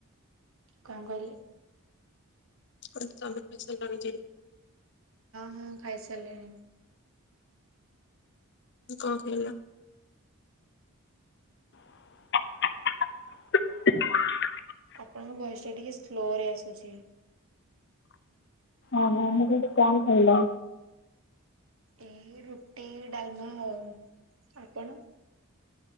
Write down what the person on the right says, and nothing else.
କଣ କହିଲେ?
ହୁଁ ଖାଇସାରିଲିଣି।
ଆପଣଙ୍କ ଭୟସ ଟା ଟିକେ ସ୍ଲୋ ରେ ଆସୁଚି।
ଏଇ ରୁଟି ଡାଲମା ଆଉ। ଆପଣ?